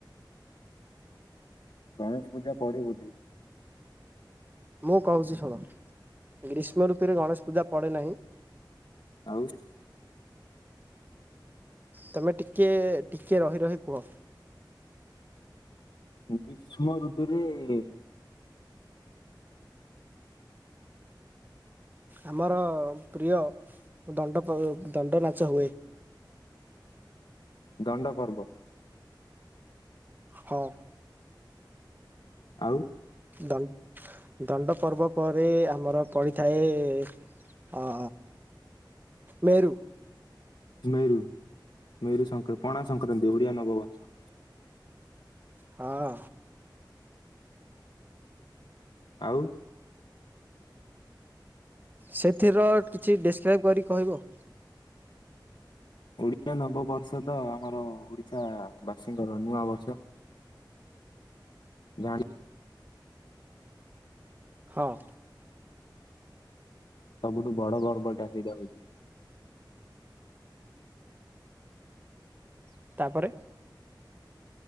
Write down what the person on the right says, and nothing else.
ମୁଁ କହୁଛି ଶୁଣ ଗ୍ରୀଷ୍ମ ଋତୁରେ ଗଣେଶ ପୂଜା ପଡେ ନାହିଁ।
ତମେ ଟିକେ ଟିକେ ରହି ରହି କୁହ
ଆମର ପ୍ରିୟ ଦଣ୍ଡ ପର୍ବ ଦଣ୍ଡ ନାଚ ହୁଏ।
ହଁ।
ଦାଉ। ଦଣ୍ଡ ପର୍ବ ପରେ ଆମର ପଡିଥାଏ ଅ ମେରୁ।
ହଁ।
ସେଥିର କିଛି ଡିସକ୍ରାଇବ୍ କରିକି କହିବ।
ହଁଉ।
ତାପରେ।